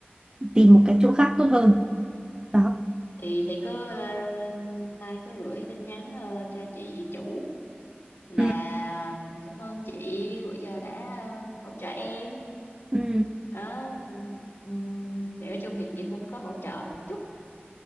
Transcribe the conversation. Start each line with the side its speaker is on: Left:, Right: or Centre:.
Right: tìm một cái chỗ khác tốt hơn đó
Left: thì thì cứ ờ, mai cứ gửi tin nhắn ờ, cho chị chủ là
Right: ừ,
Left: cảm ơn chị bữa giờ đã ờ, hỗ trợ em
Right: ừ,
Left: đó ừm, ừm, để nói chung thì chị cũng có hỗ trợ một chút